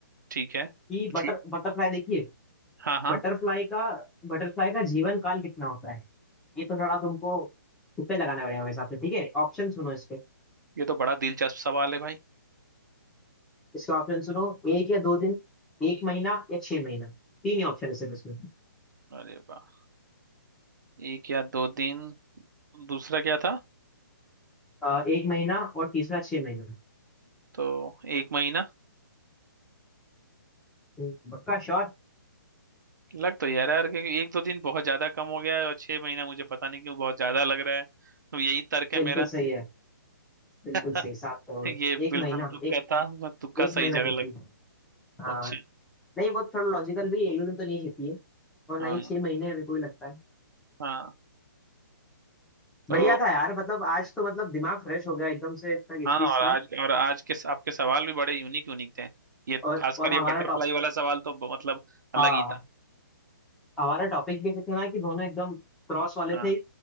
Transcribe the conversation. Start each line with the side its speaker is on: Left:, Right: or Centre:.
Right: ठीक है
Centre: कि
Right: पूछिए
Centre: बटर बटरफ्लाई देखिए
Right: हाँ हाँ
Centre: बटरफ्लाई का बटरफ्लाई का जीवन काल कितना होता है ये तो थोड़ा तुमको तुक्के लगाना पड़ेगा मेरे हिसाब से ठीक है ऑप्शन सुनो इसके
Right: ये तो बड़ा दिलचस्प सवाल है भाई
Centre: इसके ऑप्शन सुनो एक या दो दिन एक महीना या छह महीना तीन ही ऑप्शन है सिर्फ इसमें
Right: अरे वाह एक या दो दिन दूसरा क्या था
Centre: अ, एक महीना और तीसरा छह महीना
Right: तो एक महीना
Centre: हम्म, पक्का श्योर
Right: लग तो यार यार क्योंकि एक दो दिन बहुत ज्यादा कम हो गया है और छह महीना मुझे पता नहीं क्यों बहुत ज्यादा लग रहा है तो यही तर्क है
Centre: बिल्कुल
Right: मेरा
Centre: सही है बिल्कुल
Right: <laughs>
Centre: सही सात करोड़
Right: ये
Centre: है। एक
Right: बिल्कुल
Centre: महीना
Right: तुक्का
Centre: एक
Right: था मैं तुक्का
Centre: एक
Right: सही
Centre: महीना
Right: जगह
Centre: जीती
Right: लग
Centre: है हाँ
Right: अच्छा
Centre: नहीं वो थोड़ा लॉजिकल भी है, एक दो दिन तो नहीं जीती है और ना
Right: हाँ
Centre: ही छह महीने मेरे को भी लगता है
Right: हाँ तो
Centre: बढ़िया था यार मतलब आज तो मतलब दिमाग फ्रेश हो गया एकदम से इतना किचकिच
Right: हाँ और
Centre: था
Right: आज और आज के आपके सवाल भी बड़े यूनिक यूनिक थे ये
Centre: और
Right: खासकर
Centre: और
Right: ये
Centre: हमारा
Right: बटरफ्लाई
Centre: टॉप
Right: वाला सवाल तो ब- मतलब अलग
Centre: हाँ
Right: ही था
Centre: हमारा टॉपिक भी ऐसे थे ना कि दोनों एकदम क्रॉस वाले
Right: हाँ
Centre: थे